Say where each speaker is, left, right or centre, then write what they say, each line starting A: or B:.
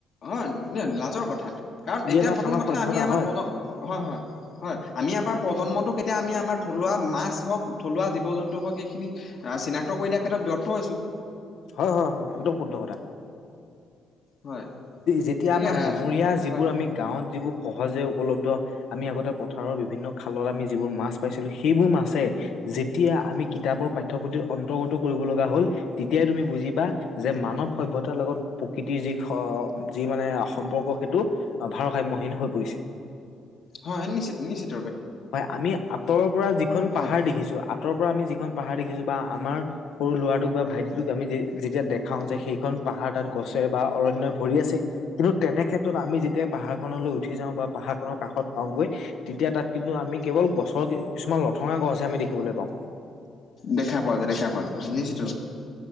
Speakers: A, on the left; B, on the left.
A: হয় ন লাজৰ কথা কাৰণ
B: ই
A: এতিয়া
B: এটা
A: প্ৰথম
B: মানৱ
A: কথা
B: সভ্যতা
A: আমি আমাৰ
B: হয়
A: প্ৰজ হয় হয় হয় আমি আমাৰ প্ৰজন্মটো কেতিয়া আমি আমাৰ থলুৱা মাছ হওক থলুৱা জীৱ জন্তু হওক সেইখিনিক চিনাক্ত কৰি দিয়াৰ ক্ষেত্ৰত ব্যৰ্থ হৈছো।
B: হয়-হয়-হয় একদম শুদ্ধ কথা।
A: হয়
B: যেতিয়া
A: গতিকে
B: আমাৰ
A: আহ
B: বনৰীয়া যিবোৰ
A: হয়
B: আমি গাঁৱত যিবোৰ সহজে উপলব্ধ আমি আগতে পথাৰৰ বিভিন্ন খালত আমি যিবোৰ মাছ পাইছিলো সেইবোৰ মাছে যেতিয়া আমি কিতাপৰ পাঠ্য়পুথিৰ অন্তৰ্গত কৰিব লগা হ'ল তেতিয়াই তুমি বুজিবা যে মান সভ্যতাৰ লগত প্ৰকৃতিৰ যি যি মানে সম্পৰ্ক সেইটো ভাৰসাম্য হীন হৈ পৰিছে।
A: হয় নিশ্চিত-নিশ্চিত।
B: হয় আমি আঁতৰৰ পৰা যিখন
A: হয়
B: পাহাৰ দেখিছো আঁতৰ পৰা আমি যিখন পাহাৰ দেখিছো বা আমাৰ সৰু ল'ৰাটোক বা ভাইটিটোক আমি যেতিয়া দেখাও যে সেইখন পাহাৰ তাত গছে বা অৰণয় ভৰি আছে কিন্তু তেনে ক্ষেত্ৰত আমি যেতিয়া পাহাৰখননলৈ উঠি যাওঁ বা পাহাৰ খনৰ কাষত অওঁগৈ তেতিয়া তাত কিন্তু আমি কেৱল গছৰ কিছুমান লঠঙা গছ হে আমি দেখিবলৈ পাওঁ।
A: দেখা পোৱা যায়-দেখা পোৱা যায় হয় নিশ্চিত